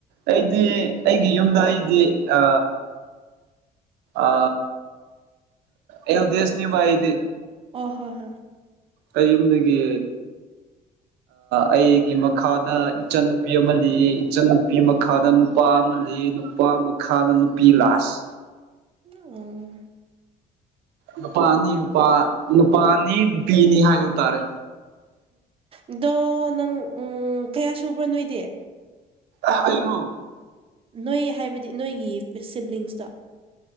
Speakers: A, on the right; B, on the right.
A: ꯑꯩꯗꯤ ꯑꯩꯒꯤ ꯌꯨꯝꯗ ꯑꯩꯗꯤ ꯑ ꯑ ꯑꯦꯜꯗꯦꯁꯅꯦꯕ ꯑꯩꯗꯤ
B: ꯍꯣꯏ ꯍꯣꯏ ꯍꯣꯏ
A: ꯑꯩ ꯌꯨꯝꯗꯒꯤ ꯑꯩꯒꯤ ꯃꯈꯥꯗ ꯏꯆꯟꯅꯨꯄꯤ ꯑꯃ ꯂꯤꯌꯦ ꯏꯆꯟꯅꯨꯄꯤ ꯃꯈꯥꯗ ꯅꯨꯄꯥ ꯑꯃ ꯂꯩ ꯅꯨꯄꯥ ꯃꯈꯥꯗ ꯅꯨꯄꯤ ꯂꯥꯁ
B: ꯎꯝ
A: ꯅꯨꯄꯥꯅꯤ ꯅꯨꯄꯥ ꯅꯨꯄꯥ ꯑꯅꯤ ꯅꯨꯄꯤ ꯑꯅꯤ ꯍꯥꯏꯕ ꯇꯥꯔꯦ
B: ꯑꯗꯣ ꯅꯪ ꯀꯌꯥ ꯁꯨꯕ꯭ꯔꯣ ꯅꯣꯏꯗꯤ
A: ꯑꯩꯔꯣ
B: ꯅꯣꯏ ꯍꯥꯏꯕꯗꯤ ꯅꯣꯏꯒꯤ ꯁꯤꯕ꯭ꯂꯤꯡꯁꯇꯣ